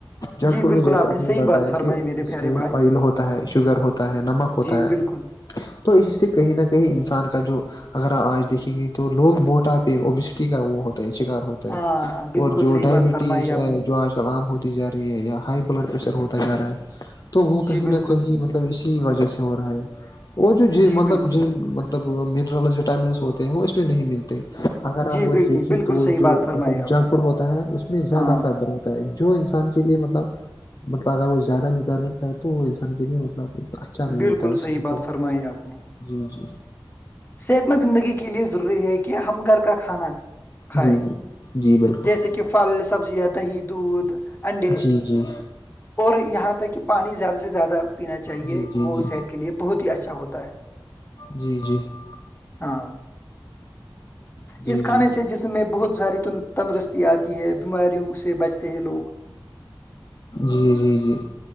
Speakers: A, on the left; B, on the left.
A: ہے،
B: جنک
A: جی
B: فوڈ
A: بالکل
B: میں جیسے آپ نے
A: صحیح
B: بتایا
A: بات فرمائی
B: کہ
A: میرے
B: اس
A: پیارے
B: میں
A: بھائی،
B: آئل ہوتا ہے شوگر ہوتا ہے نمک ہوتا
A: جی
B: ہے
A: بالکل
B: تو اس سے کہیں نہ کہیں انسان کا جو اگر آپ آج دیکھیں گے تو لوگ موٹا پہ اوبسٹی کا وہ ہوتا ہے شکار ہوتا
A: ہاں، بالکل
B: اور جو
A: صحیح
B: ڈائبٹیز
A: بات فرمائی آپ
B: ہے
A: نے،
B: جو آجل کلام ہوتی جا رہی ہے یا ہائی بلڈ پریشر ہوتا جا رہا ہے تو وہ کہیں
A: جی بالکل،
B: نہ کہیں مطلب اسی وجہ سے ہو رہا ہے وہ جو ج
A: جی
B: مطلب
A: بالکل،
B: ج
A: بالکل،
B: مطلب منرلس وٹامنس ہوتے ہیں وہ اس میں نہیں ملتے اگر
A: جی
B: آپ وہ
A: بالکل،
B: دیکھیں
A: بالکل
B: تو
A: صحیح
B: جو
A: بات فرمائی
B: مطلب
A: آپ
B: جنک
A: نے،
B: فوڈ ہوتا ہے اس میں زیادہ
A: ہاں،
B: فائدر ہوتا جو انسان کے لیے مطلب مطلب اگر وہ زیادہ مقدار میں کھائے تو وہ انسان کے لیے مطلب اچھا نہیں
A: بالکل
B: ہوتا ہے اس
A: صحیح
B: سے مطلب
A: بات فرمائی آپ نے
B: جی جی
A: صحت مند زندگی کے لے ضروری ہے کہ ہم گھر کا کھانا کھائے
B: جی جی جی بالکل
A: جیسے کہ پھل سبزیاں دہی دودھ انڈے
B: جی جی
A: اور یہاں تک کہ پانی زیادہ سے زیادہ پینا چاہیے
B: جی جی
A: وہ
B: جی
A: صحت کے لیے بہت ہی اچھا ہوتا ہے
B: جی جی <unintelligible>
A: ہاں
B: جی
A: اس کھانے
B: جی جی
A: سے جسم میں بہت ساری تندرستی آتی ہے بیماریوں سے بچتے ہیں لوگ
B: جی جی جی